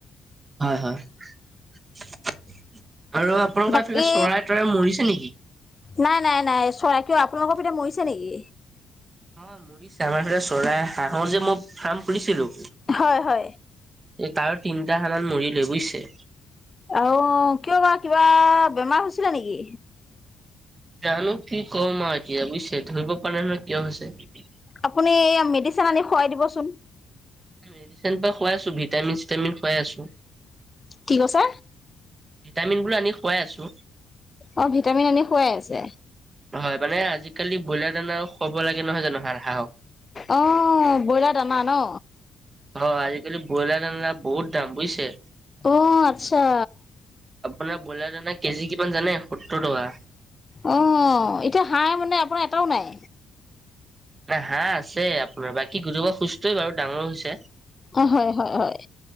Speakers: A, on the right; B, on the left.
A: হয় হয় আৰু আপোনালোকৰ
B: বাকী
A: এইফালে চৰাই তৰাই মৰিছে নেকি?
B: নাই নাই নাই চৰাই কিয় আপোনালোকৰ পিনে মৰিছে নেকি?
A: অ মুৰিছে আমাৰফালে চৰাই হাঁহৰ যে মই ফাৰ্ম খুলিছিলো।
B: হয় হয়।
A: তাৰ তিনিটা সানাত মৰিলে বুজিছে।
B: আও কিয় বা কিবা বেমাৰ হৈছিলে নেকি?
A: জানো কি কম আৰু এতিয়া বুজিছে ধৰিব পানে নহয় কিয় হৈছে?
B: আপুনি মেডিচিন আনি খুৱাই দিবচোন।
A: মেডিচিন ত খাইছো ভিটামিন চিটামিন খুৱাই আছো।
B: কি কৈছে?
A: ভিটামিন বোৰ আনি খুৱাই আছো।
B: অ ভিটামিন আনি খোৱাই আছে।
A: হয় মানে আজিকালি ব্ৰইলাৰ দানা খোৱাব লাগে নহয় জানো হাঁহক।
B: অ ব্ৰইলা দানা ন।
A: অ আজিকালি ব্ৰইলাৰ বহুত দাম বুইছে।
B: অ আত্চ্ছা।
A: আপোনাৰ ব্ৰইলাৰ দানা কেজি কিমান জানে সত্তৰ টকা।
B: অ এতিয়া হাঁহ মানে আপোনাৰ এটাও নাই।
A: না হাঁহ আছে আপোনাৰ বাকী গোটোবা সুস্থই বাৰু ডাঙৰ হৈছে।
B: অহ হয় হয় হয়।